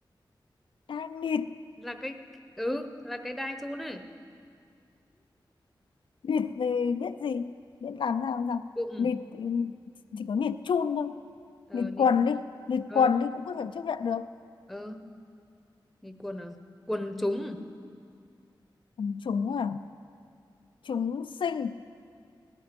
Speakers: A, on the left (about 80°); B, in the centre.
A: đai nịt
B: là cái ừ là cái đai chun này
A: Nịt thì biết gì biết làm ra làm sao
B: bụng
A: nịt thì chỉ có nịt chun thôi
B: ờ
A: nịt
B: nịt
A: quần đi nịt
B: ờ
A: quần đi cũng có thể chấp nhận được
B: ờ nịt quần à quần chúng
A: chúng à chúng sinh